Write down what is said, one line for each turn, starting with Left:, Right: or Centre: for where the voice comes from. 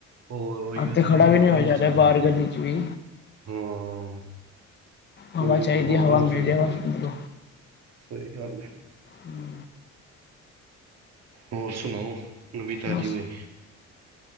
Right: ਹੋਰ ਉਹੀਓ
Left: ਅੱਜ ਤੇ ਖੜਾ
Right: ਹੋਰ
Left: ਵੀ ਨੀ ਹੋਇਆ
Right: ਉਮਸ
Left: ਜਾ ਰਿਹਾ
Right: ਹੋ ਜਾਂਦੀ
Left: ਬਾਹਰ
Right: ਹੈ।
Left: ਗਲੀ ਚ ਵੀ।
Right: ਹਾਂ
Left: ਹਵਾ
Right: ਉਹੀ
Left: ਚਾਹੀਦੀ
Right: ਉਹਦੇ ਹੋਰ
Left: ਹੈ ਹਵਾ
Right: ਉਮਸ
Left: ਮਿਲ
Right: ਹੋ
Left: ਜਾਵੇ
Right: ਜਾਂਦੀ ਹੈ।
Left: ਬਸ
Right: ਸਹੀ ਗੱਲ ਹੈ।
Left: ਹੂੰ
Right: ਹੋਰ ਸੁਣਾਓ ਨਵੀ ਤਾਜ਼ੀ
Left: ਬਸ
Right: ਕੋਈ?